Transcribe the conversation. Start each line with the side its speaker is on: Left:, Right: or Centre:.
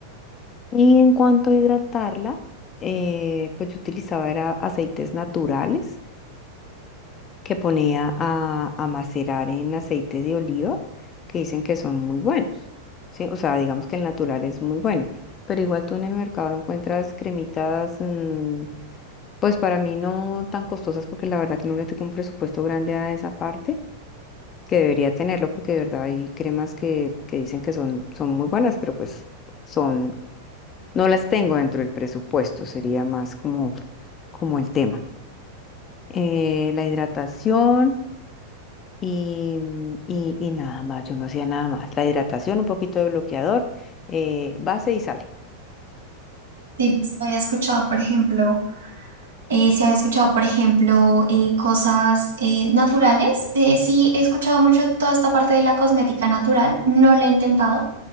Left: Y en cuanto a hidratarla, eh, pues yo utilizaba era aceites naturales que ponía a, a macerar en aceite de oliva, que dicen que son muy buenos, ¿sí? O sea, digamos que el natural es muy bueno, pero igual tú en el mercado encuentras cremitas, mm, pues para mí no tan costosas, porque la verdad que no le tengo un presupuesto grande a esa parte, que debería tenerlo, porque de verdad hay cremas que, que dicen que son, son muy buenas, pero pues son, no las tengo dentro del presupuesto, sería más como, como el tema. Eh, la hidratación. Y, mm, y, y nada más, yo no hacía nada más. La hidratación, un poquito de bloqueador, eh, base y sale.
Right: Sí, pues, había escuchado, por ejemplo, eh, si había escuchado, por ejemplo, eh, cosas eh, naturales. Eh, sí, he escuchado mucho toda esta parte de la cosmética natural. No la he intentado.